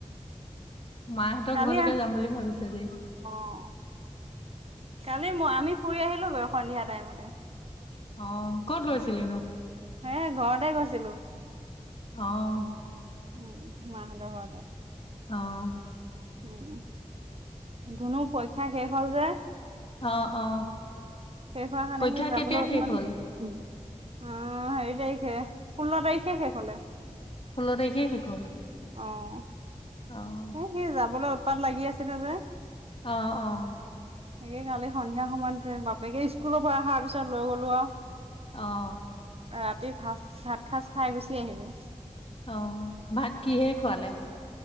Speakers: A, on the left; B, on the right.
A: মাহঁতৰ
B: কালি
A: ঘৰলৈকে
B: আহ
A: যাম বুলি ভাবিছোঁ আজি।
B: অ', কালি মই আমি ফুৰি আহিলোগৈ সন্ধিয়া টাইমতে।
A: অ', ক'ত গৈছিলিনো?
B: হে ঘৰতে গৈছিলোঁ।
A: অ'।
B: উম, মাহঁতৰ ঘৰতে।
A: অ'।
B: উম, ধুনুৰ পৰীক্ষা শেষ হ'ল যে। শেষ
A: অ অ
B: হোৱা কাৰনে
A: পৰীক্ষা
B: সি
A: কেতিয়া
B: যাবলৈ উৎপাত
A: শেষ হ'ল?
B: <unintelligible> অ', হেৰি তাৰিখে ষোল্ল তাৰিখে শেষ হ'লে।
A: ষোল্ল তাৰিখে শেষ হ'ল।
B: অ'।
A: অ'।
B: এই সি যাবলৈ উৎপাত লাগি আছিলে যে।
A: অ', অ'।
B: হেৰি কালি সন্ধিয়া সময়তে বাপেকে ইস্কুলৰ পৰা আহাৰ পিছত লৈ গ'লো আৰু
A: অ'।
B: ৰাতি ভাত ভাত সাঁজ খাই গুচি আহিলোঁ।
A: অ', ভাত কিহেৰে খোৱালে?